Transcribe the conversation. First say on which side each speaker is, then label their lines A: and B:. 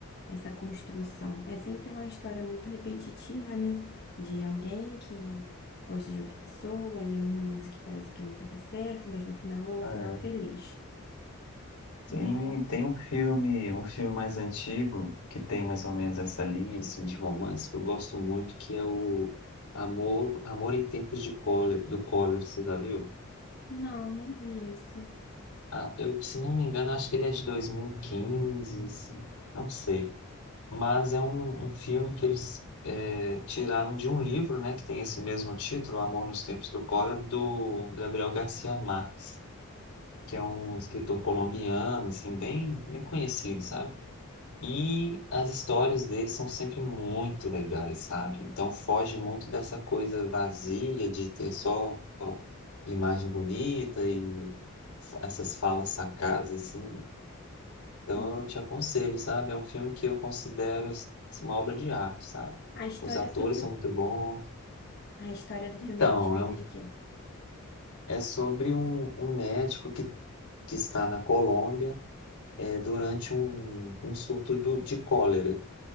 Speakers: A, on the left; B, on the left.
A: essa construção. É sempre uma história muito repetitiva, né? De alguém que gosta de outra pessoa e é um romance que parece que não vai dar certo, mas no final é um
B: É.
A: final feliz.
B: Tem,
A: Não é?
B: tem um filme, um filme mais antigo que tem mais ou menos essa linha assim, de romance que eu gosto muito, que é o Amor, Amor em Tempos de Cólera, do Cólera, você já viu?
A: Não, não vi esse.
B: Ah, eu, se não me engano, acho que ele é de 2015, não sei. mas é um, um filme que eles é, tiraram de um livro, né, que tem esse mesmo título, Amor nos Tempos do Cólera, do Gabriel Garcia Marques, que é um escritor colombiano, assim, bem, bem conhecido, sabe? E as histórias dele são sempre muito legais, sabe? Então foge muito dessa coisa vazia de ter só imagem bonita e essas falas sacadas, assim, então
A: Não te-
B: eu te aconselho, sabe? É um filme que eu considero assim, uma obra de arte, sabe?
A: A história
B: Os atores
A: sobre
B: são
A: o-
B: muito bons.
A: a história do filme
B: Então,
A: é a respeito
B: é, um-
A: de quê?
B: é sobre um, um médico que, que está na Colômbia é, durante um, um surto do- de cólera.